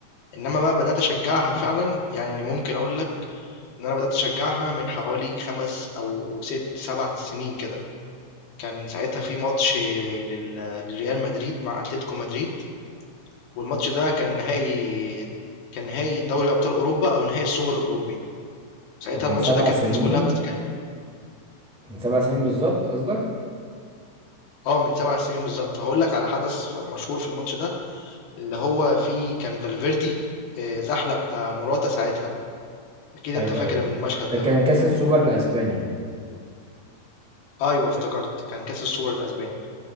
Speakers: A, on the left; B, in the centre.
A: انما بقى بدات اشجعها فعلا يعني ممكن اقول لك إن أنا بدأت أشجعها من حوالي 5 أو 6، 7 سنين كده. كان ساعتها في ماتش لل لريال مدريد مع أتلتيكو مدريد، والماتش ده كان نهائي كان نهائي دوري أبطال أوروبا أو نهائي السوبر الأوروبي. ساعتها
B: من
A: الماتش
B: سبع
A: ده كانت
B: سنين
A: الناس كلها بتتكلم
B: من سبع سنين بالظبط قصدك
A: اه من 7 سنين بالظبط. هاقول لك على حدث مشهور في الماتش ده، اللي هو فيه كان فالفيردي آه، زحلق آه، موراتا ساعتها. أكيد
B: ايوه
A: أنت فاكر
B: ايوه
A: المشهد
B: ده
A: ده.
B: كان كاس السوبر الاسباني
A: أيوه افتكرت، كان كأس السوبر الأسباني.